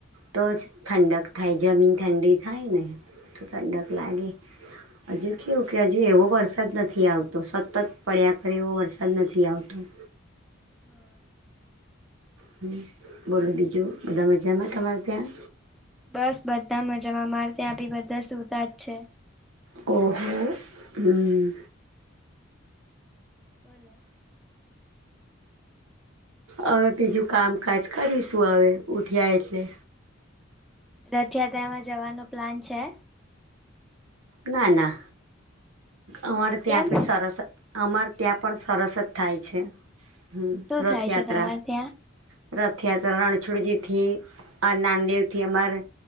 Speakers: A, on the right; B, in the centre.
A: તો જ ઠંડક થાય જમીન ઠંડી થાય ને તો ઠંડક લાગે હજુ કેવું કે હજુ એવો વરસાદ નથી આવતો સતત પડ્યા કર એવો વરસાદ નથી આવતો
B: <unintelligible>
A: હ બોલો બીજું બધા મજામાં તમારે ત્યાં
B: બસ બધા મજામાં અમારે ત્યાં બી બધા સુતા જ છે
A: કો હો હમ્મ
B: બોલો
A: હવે બીજું કામકાજ કરીશું હવે ઉઠ્યા એટલે
B: રથયાત્રામાં જવાનો પ્લાન છે.
A: ના ના અમારે ત્યાં
B: કેમ
A: પણ સરસ અમાર ત્યાં પણ સરસ જ થાય છે. હમ્મ
B: શું
A: રથયાત્રા
B: થાય છે તમારે ત્યાં
A: રથયાત્રા રણછોડજી થી અ નામદેવથી અમાર